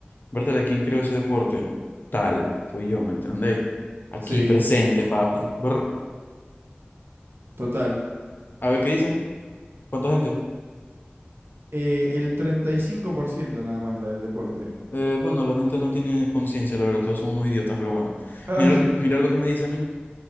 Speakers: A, on the left (about 55°); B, on the right (about 70°).
A: Bertale, ¿quién creó ese deporte? Tal, fui yo, ¿me entendéis? Aquí
B: Sí,
A: presente, papi. Brr.
B: total.
A: A ver qué dice ¿Cuánta gente?
B: Eh, el 35% nada más la del deporte.
A: Eh, bueno, la gente no tiene conciencia, la verdad, todos son unos idiotas, pero bueno.
B: Ah,
A: Mira, mira lo que me dice a mí.